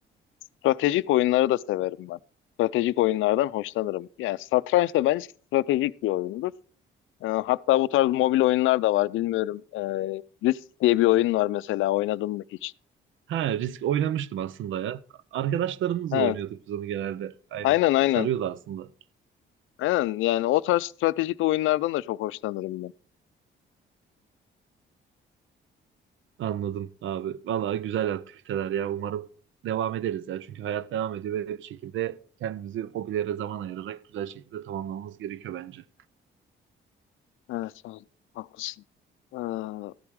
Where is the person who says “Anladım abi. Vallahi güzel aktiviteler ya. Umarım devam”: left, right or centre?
Right